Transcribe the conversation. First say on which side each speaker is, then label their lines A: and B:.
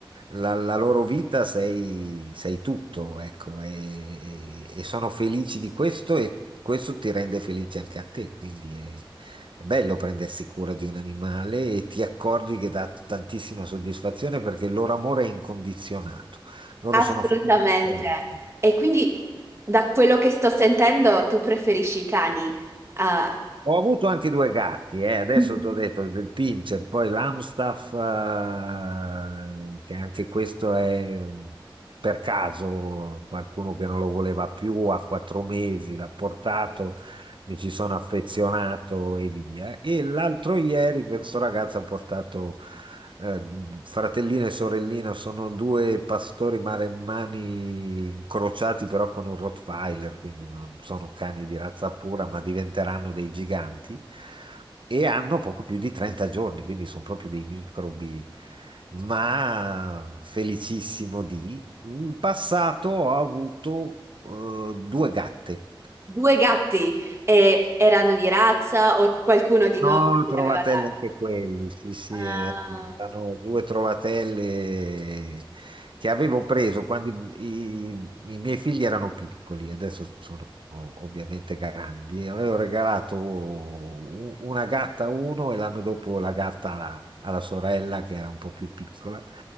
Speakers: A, on the right; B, on the right.
A: la, la loro vita sei, sei tutto, ecco, e, e- e sono felici di questo e questo ti rende felice anche a te, quindi è, è bello prendersi cura di un animale e ti accorgi che dà tantissima soddisfazione perché il loro amore è incondizionato, loro
B: assolutamente.
A: sono felici sempre.
B: E quindi, da quello che sto sentendo, tu preferisci i cani? Ah,
A: Ho avuto anche due gatti, eh, Adesso
B: Mhm.
A: ti ho detto il Pinscher, poi l'Amstaff, eh, che anche questo è per caso qualcuno che non lo voleva più, a quattro mesi l'ha portato mi ci sono affezionato e via. E l'altro ieri questo ragazzo ha portato eh, fratellino e sorellina, sono due pastori maremmani incrociati però con un Rottweiler, quindi non sono cani di razza pura, ma diventeranno dei giganti. E hanno poco più di 30 giorni, quindi sono proprio dei microbi ma felicissimo di. In passato ho avuto eh, due gatte.
B: Due gatti e erano di razza o qualcuno di
A: No,
B: noi li
A: trovatelle
B: aveva dati?
A: anche quelli, sì, sì,
B: Ah,
A: eh, erano due trovatelle che avevo preso quando i, i- i miei figli erano piccoli, adesso sono ovviamente grandi. Avevo regalato u- una gatta a uno e l'anno dopo la gatta alla, alla sorella che era un po' più piccola